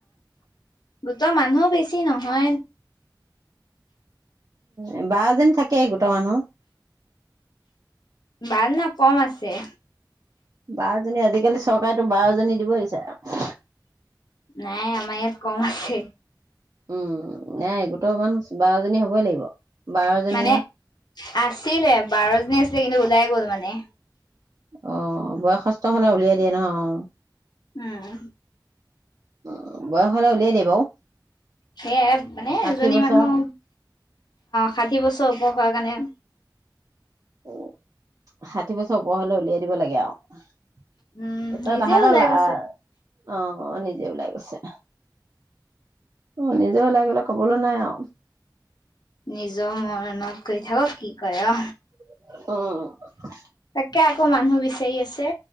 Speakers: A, on the left (about 65°); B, on the right (about 55°).
A: গোট মানুহ বেছি। বেছি নহয়।
B: উ বাৰজন থাকে গোট মানুহ।
A: বাৰ নাই কম আছে।
B: বাৰজনী আজিকালি চৰকাৰেতো বাৰ জনী দিব দিছে।
A: নাই আমাৰ ইয়াত কম আছে।
B: উম নাইগোট মান বাৰজনী হ'বই লাগিব বাৰজনী
A: মানে আছিলে বাৰ জনী আছিলে কিন্তু ওলাই গ'ল মানে। নে
B: অ বয়সস্থ হ'লে উলিয়াই দিয়ে নহয় অ।
A: উম
B: অ বয়স হ'লে উলিয়াই দেই বাৰু
A: সেয়াই মানে
B: ষাঠি
A: এজনী
B: বছৰ
A: মানুহ ষাঠি বছৰ ওপৰ। যোৱা কাৰণে
B: উ ষাঠি বছৰ ওপৰ হলে উলিয়াই দিব লাগে আৰু তেতিয়া
A: উম নিজে
B: তাহাঁতৰ
A: ওলাই
B: লা
A: গৈছে
B: অ অ নিজে ওলাই গৈছে অ নিজে ওলাই গলে কবলৈ নাই আৰু
A: নিজৰ মনত কৰি থাক কি কয়
B: উঅ
A: কে আকৌ মানুহ বিচাৰি আছে